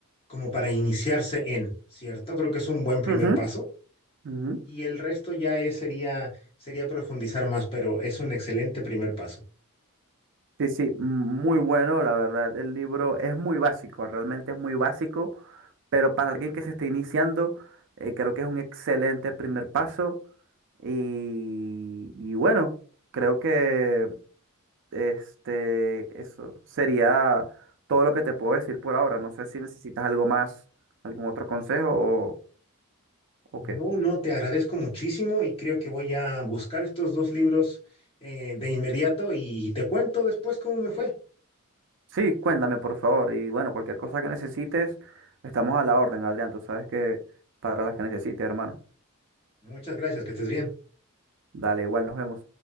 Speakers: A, on the left; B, on the right.
A: como para iniciarse en, ¿cierto? Creo que es un buen primer
B: ujú,
A: paso.
B: ujú.
A: Y el resto ya es, sería, sería profundizar más, pero es un excelente primer paso.
B: Sí, sí, muy bueno, la verdad. El libro es muy básico, realmente es muy básico, pero para alguien que se está iniciando, eh, creo que es un excelente primer paso. Y, y bueno, creo que este, eso sería todo lo que te puedo decir por ahora. No sé si necesitas algo más, algún otro consejo o, o
A: No,
B: qué.
A: no, te agradezco muchísimo y creo que voy a buscar estos dos libros eh, de inmediato y te cuento después cómo me fue.
B: Sí, cuéntame, por favor. Y bueno, cualquier cosa que necesites, estamos a la orden, Adrián. Tú sabes que para las que necesites, hermano.
A: Muchas gracias, que estés bien.
B: Dale, igual nos vemos.